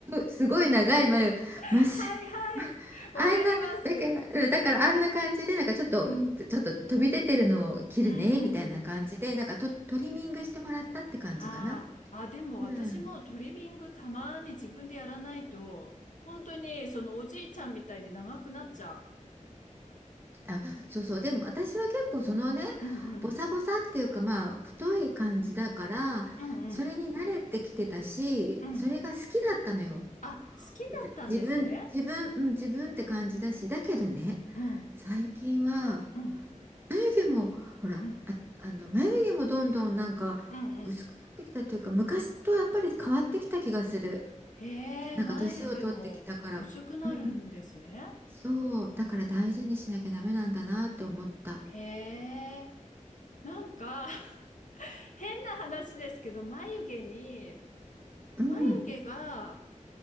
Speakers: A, on the right; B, on the left.
A: すごい長い眉まっす
B: はいはいわかります
A: <laughs> あんなだからうんだからあんな感じでなんかちょっとちょっと飛び出てるのを切るねみたいな感じでなんかとトリミングしてもらったって感じかな。
B: うんうんうんうんあーあでも私もトリミングたまに自分でやらないと本当にそのおじいちゃんみたいに長くなっちゃ
A: うんあ、そうそう。でも私は結構そのね、
B: ううんうん
A: ボサボサっていうかまあ太い感じだから、
B: うんうん
A: それに慣れてきてたし、
B: うん
A: それが好きだったのよ。
B: あ好きだったんですね
A: じ自分、自分、うん、自分って感じだし、だけどね、
B: うん
A: 最近は
B: うん
A: 眉毛も、ほら、
B: うん
A: あ、あの眉毛もどんどんなんか薄くなってきたっていうか、
B: うんうん
A: 昔とやっぱり変わってきた気がする。
B: へえ、
A: なんか年を取ってきたから、
B: 眉毛も薄くなるんですね。
A: うん、そう、だから大事にしなきゃダメなんだなって思った。
B: へえ、なんか <laughs> 変な話ですけど、眉毛に、
A: うん。
B: 眉毛が